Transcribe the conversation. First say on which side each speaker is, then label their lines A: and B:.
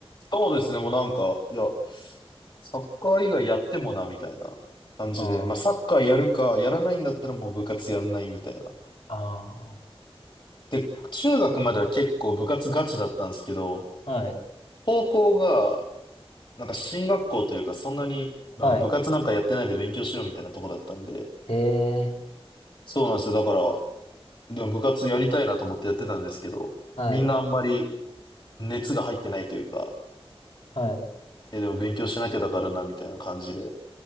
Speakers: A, on the left; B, on the left.
A: そうですね、もうなんか、いや、サッカー以外やってもな、みたいな感じで。
B: ああー、
A: まあ、サッカーやるか、やらないんだったらもう部活やんないみたいな。
B: あ
A: で、中学までは結構部活ガチだったんですけど、
B: あ、はい、
A: 高校が、なんか進学校というか、そんなに、なんか部活なんかやってないで勉強しろみたいなとこだったんで、
B: はい、へえ、
A: そうなんですよ。だから、でも部活やりたいなと思ってやってたんですけど、
B: はい、
A: みんなあんまり熱が入ってないというか、
B: はい。
A: え、でも勉強しなきゃだからな、みたいな感じで、